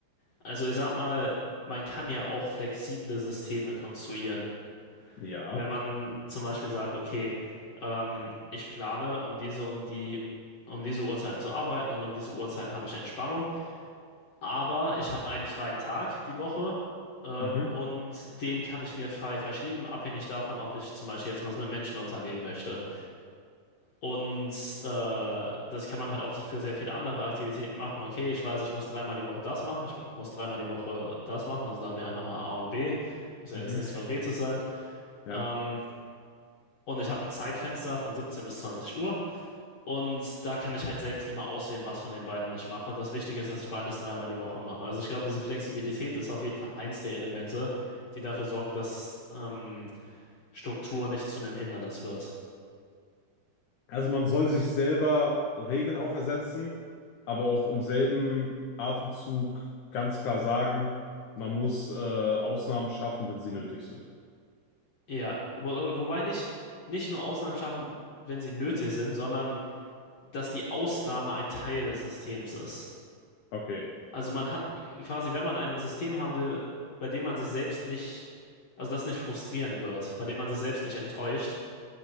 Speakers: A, on the left; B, on the left.
A: Also ich sag mal, man kann ja auch flexible Systeme konstruieren.
B: ja,
A: Wenn man zum Beispiel sagt, okay, ähm, ich plane, um diese und die, um diese Uhrzeiten zu arbeiten und um diese Uhrzeiten habe ich Entspannung, aber ich habe einen freien Tag die Woche. Ähm,
B: mhm,
A: und den kann ich mir frei verschieben, abhängig davon, ob ich zum Beispiel jetzt was mit Menschen unternehmen möchte. Und äh, das kann man halt auch so für sehr viele andere Aktivitäten machen. Okay, ich weiß, ich muss dreimal die Woche das machen, ich muss dreimal die Woche das machen, also sagen wir einfach mal A und B. Muss ja
B: mhm,
A: jetzt nichts Konkretes sein.
B: ja.
A: Ähm, und ich habe ein Zeitfenster von 17 bis 20 Uhr. Und da kann ich halt selbst immer auswählen, was von den beiden ich mache. Das Wichtige ist, dass ich beides dreimal die Woche mache. Also ich glaube, diese Flexibilität ist auf jeden Fall eins der Elemente, die dafür sorgt, dass ähm, Struktur nicht zu einem Hindernis wird.
B: Also man soll sich selber Regeln aufersetzen, aber auch im selben Atemzug ganz klar sagen, man muss äh, Ausnahmen schaffen, wenn sie nötig sind.
A: Ja, wo- wobei nicht, nicht nur Ausnahmen schaffen, wenn sie nötig sind, sondern dass die Ausnahme ein Teil des Systems ist.
B: Okay,
A: Also man hat quasi, wenn man ein System haben will, bei dem man sich selbst nicht, also das nicht frustrieren wird, bei dem man sich selbst nicht enttäuscht,